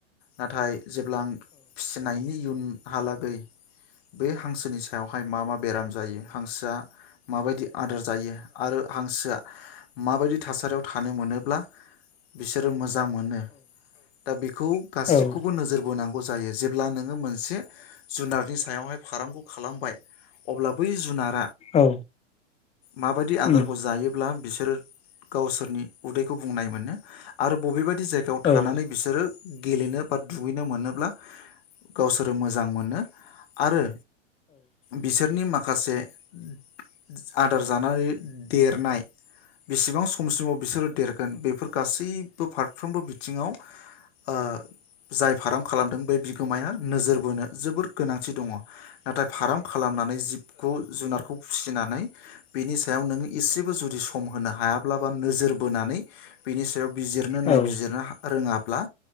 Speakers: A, on the left; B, on the left.
A: नाथाय जेब्ला आं फिसिनायनि इयुन हालागै बे हांसोनि सायावहाय मा मा बेराम जायो हांसोआ माबाय आदार जायो आरो हांसोआ माबायदि थासारियाव थानो मोनोब्ला बिसोरो मोजां मोजां मोनो दा बेखौ
B: औ
A: गासिखौबो नोजोर बोनां गौ जायो नोङो मोनसे जुनारनि सायावहाय फारामखौ खालामबाय अब्ला बै जुनार
B: औ
A: माबायदि आदारखौ
B: उम
A: जायो ब्ला बिसोरो गावसोरनि उदैखौ बुंनाय मोनो आरो बबेबाय बायदि जायगायाव
B: औ
A: थानानै बिसोरो गेलेनो बा दुगैनो मोनोब्ला गावसोरो मोजां मोनो आरो बिसोरनि माखासे माखासे आदार जानानै देरनाय बेसेबां सम खमसिमाव बिसोरो देरगोन बेफोरखौ गासैबो फारफ्रोमबो बिथिङाव जाय ओ जाय फार्म खालामदों बै बिगोमाया नोजोर बोनो जोबोर गोनांथि दङ नाथाय फाराम खालामनानै जिबखौ जुनारखौ फिसि नै बेनि सा याव नों इसेबो जुदि सम होनो हाया माब्लाबा नोजोर बोनानै बिनि सायाव बिजिरनो नायबिजिरनो
B: औ
A: रोङाब्ला